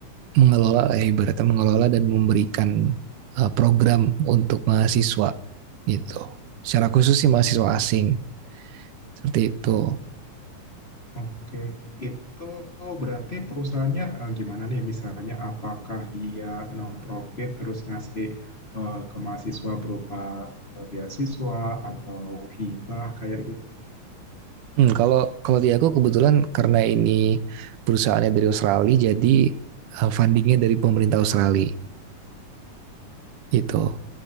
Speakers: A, on the right; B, on the left.
A: mengelola eh, ibaratnya mengelola dan memberikan eh, program untuk mahasiswa gitu. Secara khusus sih mahasiswa asing seperti itu.
B: Oke, itu berarti perusahaannya eh, gimana nih? Misalnya, apakah dia non-profit terus ngasih eh, ke mahasiswa berupa eh, beasiswa atau hibah kayak gitu?
A: Hmm, kalau kalau di aku kebetulan karena ini perusahaannya dari Australia, jadi eh, fundingnya dari pemerintah Australia gitu.